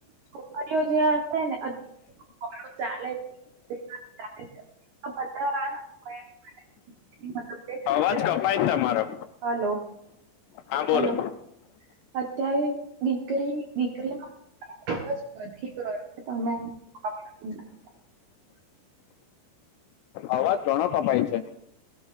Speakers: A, on the right; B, on the left.
A: છોકરીઓ જે હશે ને <unintelligible> <unintelligible>
B: અવાજ
A: કે
B: કપાય તમારો.
A: હલો
B: હા, બોલો.
A: હલો અત્યારે દીકરી દીકરીનો <unintelligible>
B: અવાજ ઘણો કપાય છે,